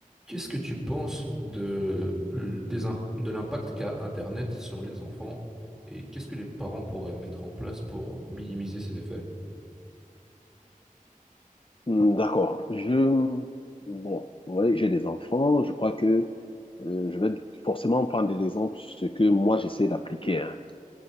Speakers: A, in the centre; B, on the left (about 40°).
A: Qu'est-ce que tu penses de, des imp- de l'impact qu'a Internet sur les enfants et qu'est-ce que les parents pourraient mettre en place pour minimiser ces effets?
B: Hmm, D'accord. Je, bon, ouais, j'ai des enfants. Je crois que euh, je vais forcément prendre des exemples sur ce que moi j'essaie d'appliquer. hein.